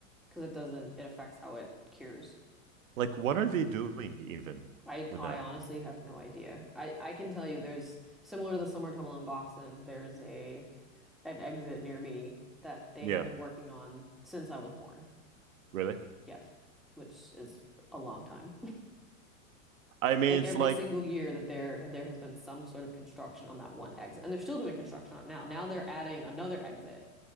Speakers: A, in the centre; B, on the right (about 70°).
A: because it doesn't it affects how it cures.
B: Like what are they doing even
A: I
B: with
A: I
B: that?
A: honestly have no idea. I I can tell you there's similar to the summer tunnel in Boston, there's a an exit near me that they
B: Yeah,
A: have been working on since I was born.
B: really?
A: Yes, which is a long time.
B: I mean
A: Like
B: it's
A: every
B: like
A: single year that there there has been some sort of construction on that one exit. And they're still doing construction on it now. Now they're adding another exit